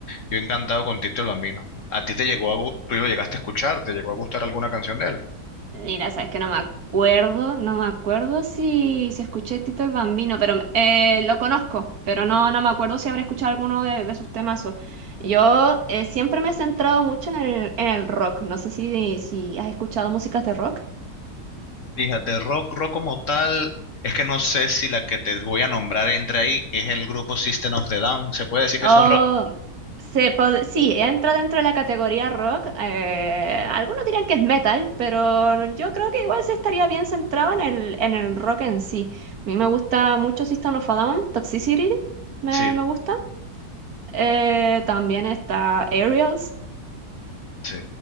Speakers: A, on the left; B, on the right.
A: yo encantado con Tito el Bambino. ¿A ti te llegó a, gu- tú lo llegaste a escuchar, te llegó a gustar alguna canción de él?
B: Mira, sabes que no me acuerdo, no me acuerdo si, si escuché Tito el Bambino, pero me- eh, lo conozco, pero no, no me acuerdo si habré escuchado alguno de, de sus temazos. Yo eh, siempre me he centrado mucho en el, en el rock, no sé si, si has escuchado músicas de rock.
A: Fíjate, rock, rock como tal, es que no sé si la que te voy a nombrar entre ahí es el grupo System of the Down. ¿Se puede decir que
B: Oh,
A: eso es rock?
B: se pod- sí, entra dentro de la categoría rock. eh, algunos dirán que es metal, pero yo creo que igual se estaría bien centrado en el, en el rock en sí. A mí me gusta mucho System of a Down, Toxicity, me,
A: Sí,
B: me gusta. Eh, también está Aerials.
A: sí.